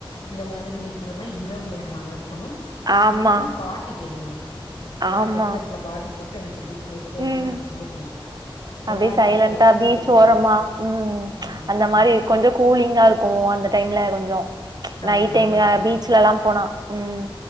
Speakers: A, on the left; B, on the right.
A: இந்த மாதிரி நீ சொல்ற மாரி இரவு நேரமாதா இருக் கணு
B: ஆமா
A: நல்லா பாட்டு கேக்கணு நல்லா
B: ஆமா
A: ஹெட்செட்ல பாட்டு போட்டு எனக்கு அப்டி கேட்டுட்டே இருந்தா
B: ம்
A: எனக்கு ரொம்ப புடிக்கு நிலாவ
B: அப்டியே சைலண்டா
A: பாத்து ரசிச்சுக்கிட்டு
B: பீச் ஓரமா ம்
A: ம்
B: அந்த மாரி
A: அது
B: கொஞ்சோ கூலிங்கா இருக்கு அந்த டைம்ல கொ சோ நைட்
A: அதுதா
B: டைம்ல
A: அது நல்லா இருக்கு
B: பீச்லல்லா போனா ம்